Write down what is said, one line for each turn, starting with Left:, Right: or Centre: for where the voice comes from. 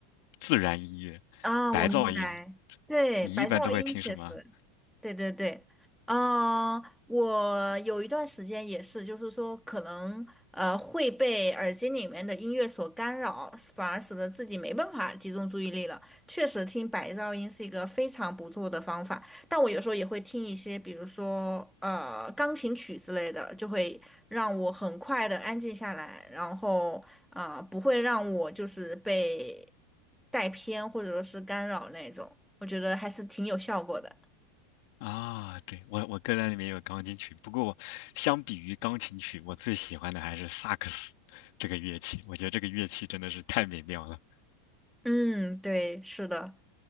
Left: 自然音乐、
Centre: 啊，
Left: 白噪音。
Centre: 我明白，对，
Left: 你一般都会听什么？
Centre: 白噪音确实。对对对，啊、我有一段时间也是，就是说可能呃会被耳机里面的音乐所干扰，反而使得自己没办法集中注意力了。确实，听白噪音是一个非常不错的方法，但我有时候也会听一些，比如说呃钢琴曲之类的，就会让我很快的安静下来，然后啊、呃不会让我就是被带偏或者说是干扰那种，我觉得还是挺有效果的。
Left: 啊，对，我我歌单里面有钢琴曲，不过我相比于钢琴曲，我最喜欢的还是萨克斯这个乐器。我觉得这个乐器真的是太美妙了。
Centre: 嗯，对，是的，